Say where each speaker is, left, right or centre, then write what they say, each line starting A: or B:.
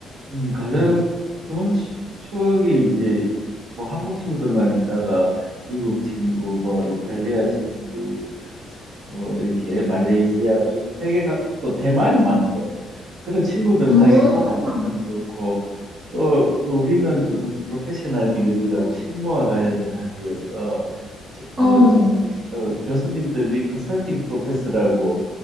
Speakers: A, on the right (about 60°); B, on the right (about 40°).
A: 음, 가장 좋은 추- 추억이 이제 뭐 한국 친구들만 있다가 미국 친구, 뭐 이탈리아 친구, 뭐 이렇게 말레이시아, 뭐 세계가 또 대만이 많더라고. 그런 친구들
B: 오.
A: 사귄 게참 참참 좋고 또 그 우리는 좀 프로페셔널 디그리라고 실무와 관련된 학위여서 저- 그
B: 어. 음,
A: 저- 어, 교수님들이 컨설팅 프로페서라고